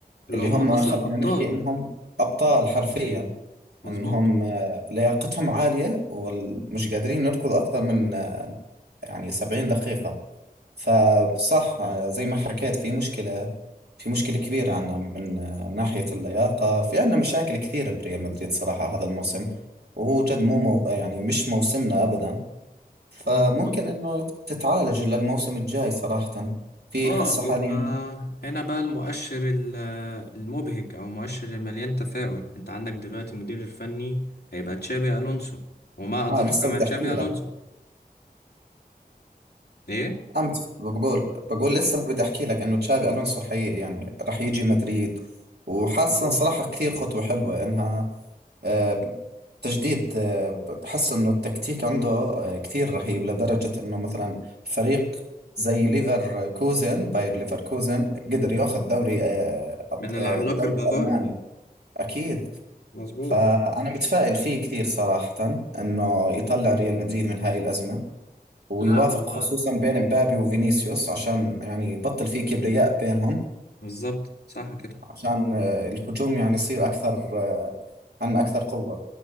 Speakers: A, on the left; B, on the right.
A: اللي
B: اللي
A: هما
B: هم
A: أصلا
B: خلينا
A: أبطال
B: نحكي انهم ابطال حرفيا
A: مظبوط
B: انهم آه، لياقتهم عالية ومش قادرين يركضوا اكثر من آه، يعني 70 دقيقة فصح زي ما حكيت في مشكلة في مشكلة كبيرة عنا من من ناحية اللياقة في عنا مشاكل كثيرة بريال مدريد صراحة هذا الموسم وهو جد مو مو يعني مش موسمنا أبدا فممكن
A: مظبوط
B: إنه تتعالج للموسم الجاي صراحة في
A: اه
B: حسة حاليا
A: وهنا بقى المؤشر ال- المبهج او المؤشر المليان تفاؤل انت عندك دلوقتي المدير الفني هيبقى تشابي الونسو وما ادراك
B: آه لسه
A: ما
B: بدي
A: تشابي
B: أحكي
A: الونسو
B: لك
A: ايه
B: عم بت- بقول بقول لسه بدي احكي لك انه تشابي الونسو حقيقي يعني رح يجي مدريد وحاسه
A: مظبوط
B: صراحه كثير خطوه حلوه انها آه، تجديد آه، ب- بحس انه التكتيك عنده آه، كثير رهيب لدرجه انه مثلا فريق زي ليفر كوزن باير ليفر كوزن قدر ياخذ دوري آه، أب-
A: من العملاق
B: آه، الدوري
A: البافاري
B: الالماني اكيد
A: مظبوط
B: فانا متفائل فيه كثير صراحه انه يطلع ريال مدريد من هاي الازمه ويوافق
A: لا هو
B: خصوصا بين مبابي وفينيسيوس عشان يعني يبطل فيه كبرياء بينهم
A: بالظبط صح كده
B: عشان آه، الهجوم يعني يصير أكثر آه، عنا أكثر قوة